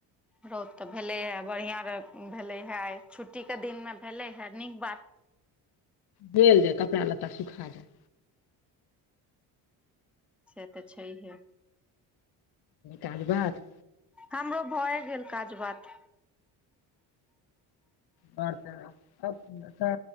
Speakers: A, in the centre; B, on the left.
A: रौद तऽ भेलै हे बढ़िया भे भेले हे आय छुट्टी के दिनमे भेलै हे नीक बात
B: झेल जाय कपड़ा लत्ता सुखा जाए
A: से तऽ छैहे
B: काज भात
A: हमरो भए गेल काज बात
B: बर त